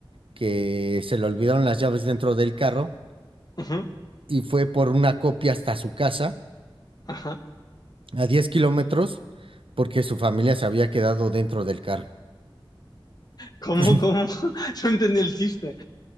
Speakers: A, on the right; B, on the left.
A: que se le olvidaron las llaves dentro del carro
B: Ujú,
A: y fue por una copia hasta su casa
B: Ajá.
A: a 10 kilómetros porque su familia se había quedado dentro del carro.
B: ¿Cómo,
A: <laughs>
B: cómo? <laughs> No entendí el chiste.